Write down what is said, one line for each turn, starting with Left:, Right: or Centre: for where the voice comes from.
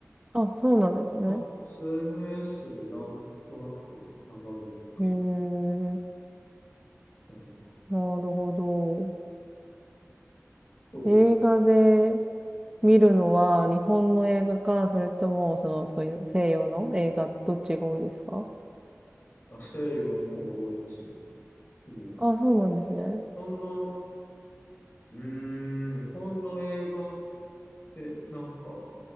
Right: あ、そうなんですね。
Left: なんか SNS でなんとなく流れてくる
Right: へえ、
Left: ものかな。
Right: なるほど。
Left: そう
Right: 映画で見るのは日本の映画か、それとも、その、そういう西洋の映画、どっちが多いですか
Left: あ、西洋の方が多いですね。もう、
Right: あ、
Left: 日
Right: そうなんですね。
Left: 本の、うーん、日本の映画って、なんか、